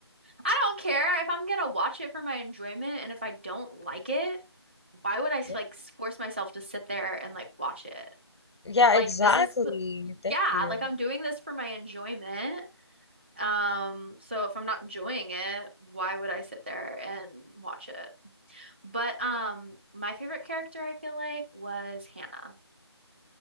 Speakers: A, on the right; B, on the left.
A: I don't care if I'm gonna watch it for my enjoyment, and if I don't like it, why would I
B: Yeah.
A: like force myself to sit there and like watch it?
B: Yeah,
A: Like
B: exactly.
A: this is,
B: Thank
A: yeah,
B: you.
A: like I'm doing this for my enjoyment. Um, so if I'm not enjoying it, why would I sit there and watch it? But um, my favorite character I feel like was Hannah.